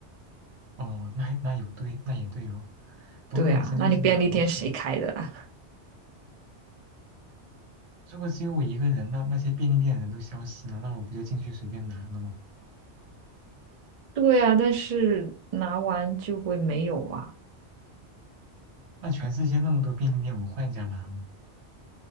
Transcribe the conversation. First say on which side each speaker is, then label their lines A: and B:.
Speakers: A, on the right; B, on the right.
A: 哦，那那有对，那也对哦。不过隐身术真的好爽。
B: 对啊，那你便利店谁开的啊？
A: 如果只有我一个人，那那些便利店的人都消失了，那我不就进去随便拿了吗？
B: <laughs> 对啊，但是拿完就会没有啊，
A: 那全世界那么多便利店，我换一家拿吗？